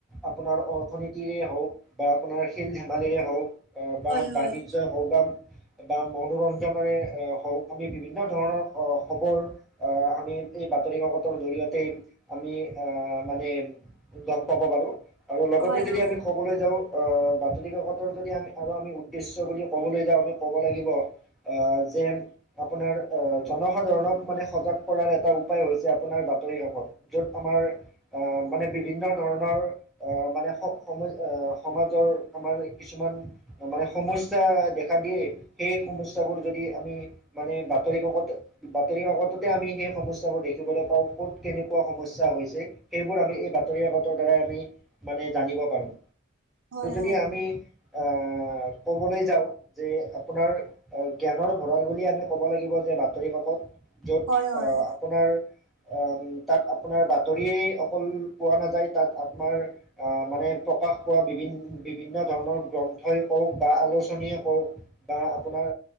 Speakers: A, in the centre; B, on the right (about 75°).
A: আপোনাৰ অৰ্থনীতিৰে হওক বা আপোনাৰ খেল ধেমালিৰে হওক আহ, বা
B: হয়
A: বাণিজ্যই
B: হয়
A: হওক বা বা মনোৰঞ্জনেৰে হওঁক আমি বিভিন্ন ধৰণৰ খবৰ আহ, আমি এই বাতৰি কাকতৰ জৰিয়তেই আমি আহ, মানে গম পাব বাৰো, আৰু লগতে
B: হয়
A: যদি
B: হয়।
A: আমি কবলৈ যাওঁ আহ বাতৰিকাকতৰ যদি আমি আৰু আমি উদ্দেশ্য বুলি ক'বলৈ যাওঁ আমি ক'ব লাগিব যে আপোনাৰ আ, জনসাধাৰণক মানে সজাগ কৰাৰ এটা উপায় হৈছে আপোনাৰ বাতৰি কাকত। য'ত আমাৰ আহ, মানে বিভিন্ন ধৰণৰ মানে স-সম-সমাজৰ আমাৰ কিছুমান মানে সমস্যা দেখা দিয়ে সেই সমস্যাবোৰ যদি আমি মানে বাতৰি কাকত বাতৰি কাকততে আমি সেই সমস্যাবোৰ দেখিবলৈ পাওঁ ক'ত কেনেকুৱা সমস্যা হৈছে। সেইবোৰ আমি এই বাতৰি কাকতৰ দ্বাৰাই আমি মানে জানিব পাৰো।
B: হয় হয়
A: যদি আমি আহ, ক'বলৈ যাওঁ যে আপোনাৰ আহ, জ্ঞানৰ ভঁৰাল বুলি আমি ক'ব লাগিব যে বাতৰি কাকত য'ত
B: হয় হয়।
A: আহ, আপোনাৰ উম, তাত আপোনাৰ বাতৰিয়েই অকল পোৱা নাযায় তাত আপোনাৰ আহ, মানে প্ৰকাশ পোৱা বিভিন বিভিন্ন ধৰণৰ গ্ৰন্থই ক‌ওঁক বা আলোচনীয়ে ক‌ওঁক। আহ, আপোনাৰ